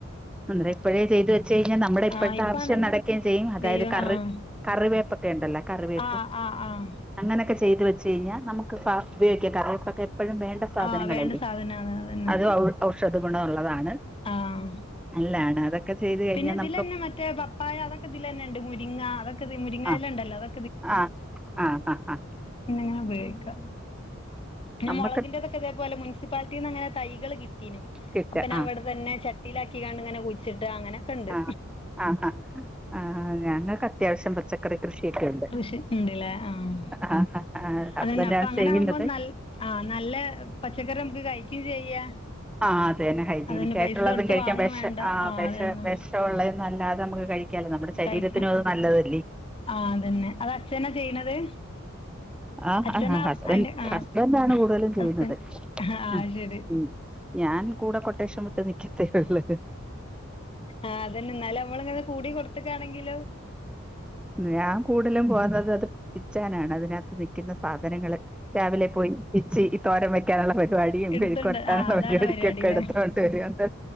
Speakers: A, in the centre; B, on the left (about 25°).
A: അന്നെരം ഇപ്പഴേ ചെയ്തു വച്ച കഴിഞ്ഞാ നമ്മുടെ ഇപ്പഴത്തെ
B: ആഹ് ഇപ്പാണെങ്കി
A: ആവശ്യം നടക്കേം ചെയ്യും അതായത്
B: ദൈവം
A: കറ്
B: ആഹ്
A: കറിവേപ്പക്ക ഇണ്ടല്ലാ കറിവേ
B: ആഹ് ആഹ് ആഹ്
A: അങ്ങനക്കെ ചെയ്ത് വെച്ച് കഴിഞ്ഞാ നമുക്ക് പാ ഉപയോഗിക്കാം കറിവേപ്പൊക്കെ എപ്പഴും വേണ്ട സാധനങ്ങളല്ലേ
B: ആഹ് വേണ്ട സാധനാണ് അതന്നെ
A: അത് ഔ ഔഷധ ഗുണം ഒള്ളതാണ്
B: ആഹ്
A: നല്ലാണ് അതൊക്കെ ചെയ്തു കഴിഞ്ഞാ
B: പിന്നെ ഇതിലന്നെ
A: നമുക്ക്
B: മറ്റേ പപ്പായ അത‌ക്കിതിലന്നെ ഇണ്ട് മുരിങ്ങ അതൊക്കെ ഇതി മുരിങ്ങയില
A: ആഹ്
B: ഇണ്ടല്ലോ അത
A: ആഹ് ആഹ് ഹ ഹ
B: പിന്നങ്ങനെ ഉപയോഗിക്ക പിന്ന
A: നമുക്ക്
B: മൊളകിന്റെതൊക്ക ഇതേപോലെ മുൻ സിപ്പാലിറ്റീന്നങ്ങനെ തൈകള് കിട്ടീനു
A: കിട്ട
B: അപ്പന
A: ആഹ്
B: അവിടെ തന്നെ ചട്ടിയിലാക്കിങ്ങാണ്ടിങ്ങനെ കു ഴ്ച്ചിട്ട് അങ്ങനെക്കെണ്ട്
A: ആഹ് ആഹ് ഹാ ആഹ് ഞങ്ങക്ക് അത്യാവശ്യം പച്ചക്കറി കൃഷിയൊക്കെ ഒണ്ട്
B: കൃഷി ഉണ്ട്ല്ലേ ആഹ്
A: ആഹ് ആഹ് ഹസ്ബെന്റാണ്
B: അതന്നെ അപ്പൊ അങ്ങനെ
A: ചെയ്യുന്നത്
B: ആകുമ്പോ നൽ ആഹ് നല്ല പച്ചക്കറി നമുക്ക് കഴിക്കും ചെയ്യാ
A: ആഹ് അതന്നെ ഹൈജീനിക്കായിട്ടുള്ളതും
B: അതന്നെ പൈസ കൊടുത്ത്
A: കഴിക്കാൻ
B: വാങ്ങും
A: വെഷ
B: വേണ്ട
A: ആഹ് വെഷ
B: അതന്നെ
A: വെ ഷൊള്ളതൊന്നും അല്ലാതെ നമ്മക്ക് കഴിക്കാലോ നമ്മുടെ ശരീരത്തിനും
B: കഴിക്കാം
A: അത് നല്ലതല്ലീ
B: ആഹ് അതന്നെ അതച്ഛനാ ചെയ്യണത്
A: ആഹ്
B: അച്ഛനാ
A: അഹ് ഹാ ഹസ്ബന്റ്
B: അയിന്റെ ആഹ്
A: ഹസ്ബന്റാണ് കൂടുതലും ചെയ്യുന്നത്
B: ഹസ്ബൻ ആഹ്
A: അഹ്
B: ശരി
A: ഉം ഞാൻ കൂടെ കൊട്ടേഷൻവി ട്ട് നിക്കത്തെ ഒള്ള്
B: ആഹ് അതന്നെ എന്നാലും നമ്മളിങ്ങനെ കൂടി കൊടുത്തക്കാണെങ്കിലോ
A: ഞാൻ കൂടുതലും പോന്നത് അത് പിച്ചാനാണ് അതിനാത്ത് നിക്കുന്ന സാധനങ്ങള് രാവിലെ പോയി പിച്ചി തോരൻ വെയ്ക്കാനുള്ള പരിപാടിയും
B: എടുത്തുണ്ട്
A: മെഴുക്കുപുരട്ടാനുള്ള
B: ആ അതാണ്
A: പരിപാടിക്കൊക്കെ
B: പരിപാടില്ലേ
A: എടുത്തു കൊണ്ട് വരും എന്ന